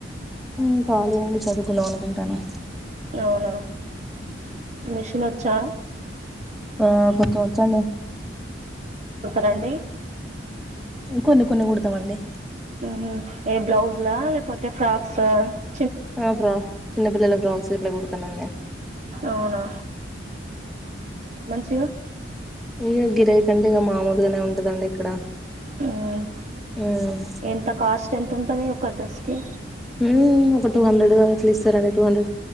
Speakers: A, in the centre; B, on the right.
A: ఊ ఖాళీ అండి చదువుకుందాం అనుకుంటాన్న
B: అవునా మెషిన్ వచ్చా
A: ఆ కొంచెం వచ్చండి
B: రండి
A: కొన్ని కొన్ని కుడతమండి
B: హుమ్ ఏ బ్లౌజ్లా లేకపోతే ఫ్రాక్ స
A: ఆ <unintelligible> ఫ్రక్ చిన్నపిల్లల ఫ్రోక్స్క్ ఇట్ల కుడతున్నవో
B: అవునా టు
A: ఉ గిరాకీ ఉంటే మామూలుగానే ఉంటదండి ఇక్కడ
B: మ్మ్
A: ఉమ్
B: ఎంత కాస్ట్ ఎంత ఉంటది ఒక్క డ్రెస్ కి
A: ఊమ్ ఒక టూ హండ్రెడూ అట్లా ఇస్తారండి టూ హండ్రెడ్